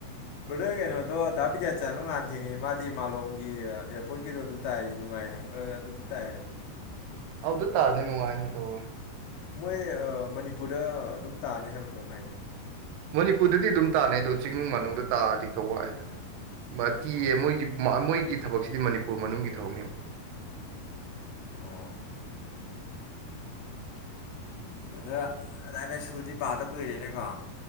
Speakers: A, on the left; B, on the right.
A: ꯕꯗ꯭ꯔ ꯀꯩꯅꯣꯗꯣ ꯗꯥ ꯕꯤꯗꯤꯌꯆꯥꯟꯗꫭ ꯉꯥꯍꯟ ꯊꯦꯡꯅꯩ ꯃꯥꯗꯤ ꯃꯥꯂꯣꯝꯒꯤ ꯏꯌꯔ ꯄꯣꯏꯠꯀꯤꯗꯣ ꯑꯗꯨ ꯇꯥꯏ ꯅꯨꯡꯉꯥꯏ ꯍꯥꯏꯕ ꯑꯗꯨꯗ ꯇꯥꯏ ꯍꯥꯏꯕ
B: ꯑꯗꯨꯗ ꯇꯥꯔꯗꯤ ꯅꯨꯡꯉꯥꯏꯅꯤ ꯇꯧꯕ
A: ꯃꯣꯏ ꯃꯅꯤꯄꯨꯔꯗ ꯑꯗꯨꯝ ꯇꯥꯅꯤ ꯍꯥꯏꯕ꯭ꯔꯥ ꯀꯃ ꯍꯥꯏꯅꯦ
B: ꯃꯅꯤꯄꯨꯔꯗꯗꯤ ꯑꯗꯨꯝ ꯇꯥꯅꯩ ꯑꯗꯣ ꯆꯤꯡꯅꯨꯡ ꯃꯅꯨꯡꯗ ꯇꯥꯔꯗꯤ ꯈꯔ ꯋꯥꯏꯗꯅ ꯃꯇꯤꯌꯦ
A: ꯑꯣ
B: ꯃꯣꯏꯒꯤ ꯃꯣꯏꯒꯤ ꯊꯕꯛꯁꯤꯗꯤ ꯃꯅꯤꯄꯨꯔ ꯃꯅꯨꯡꯒꯤ ꯊꯕꯛꯅꯦꯕ
A: ꯑꯣ ꯕꯗ꯭ꯔ ꯂꯥꯏꯔꯤꯛ ꯂꯩꯁꯨꯗꯤ ꯄꯥꯗ ꯀꯨꯏꯔꯦꯅꯦꯀꯣ